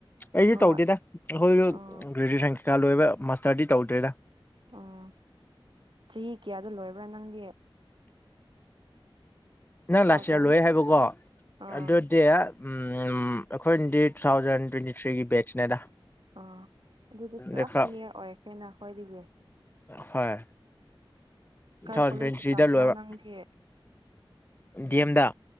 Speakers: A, on the left (about 20°); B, on the right (about 60°).
A: ꯑꯩꯁꯨ
B: ꯑ
A: ꯇꯧꯗꯦꯗ ꯑꯩꯈꯣꯏꯁꯨ
B: ꯑ
A: ꯒ꯭ꯔꯦꯖꯌꯦꯦꯁꯟ ꯀꯩꯀꯥ ꯂꯣꯏꯕ ꯃꯥꯁꯇꯔꯗꯤ ꯇꯧꯗ꯭ꯔꯦꯔ
B: ꯑꯣ ꯆꯍꯤ ꯀꯌꯥꯗꯣ ꯂꯣꯏꯕ꯭ꯔꯥ ꯅꯪꯒꯤ
A: ꯅꯪ
B: ꯊꯥꯎꯖꯟ
A: ꯂꯥꯛꯁꯤꯔ ꯂꯣꯏ ꯍꯥꯏꯕꯀꯣ
B: ꯑꯥ
A: ꯑꯗꯨꯗꯤ ꯑꯩꯈꯣꯏꯅꯗꯤ ꯇꯨ ꯊꯥꯎꯖꯟ ꯇ꯭ꯋꯦꯟꯇꯤ ꯊ꯭ꯔꯤꯒꯤ ꯕꯦꯠꯁꯅꯦꯗ
B: ꯑꯥ ꯑꯗꯨꯗꯤ
A: ꯑꯗꯩ
B: ꯀ꯭ꯂꯥꯁ
A: ꯈꯔ
B: ꯁꯤꯅꯤꯌꯔ ꯑꯣꯏꯔꯀꯦꯅꯈꯣꯏꯗꯒꯤ
A: ꯍꯣꯏ
B: ꯀꯥꯏ
A: ꯊꯥꯎꯟ
B: ꯀꯣꯂꯦꯖꯇ
A: ꯄ꯭ꯔꯤꯟꯁꯗ
B: ꯇꯝꯕ꯭ꯔꯥ
A: ꯂꯣꯏꯕ
B: ꯅꯪꯗꯤ
A: ꯒꯦꯝꯗ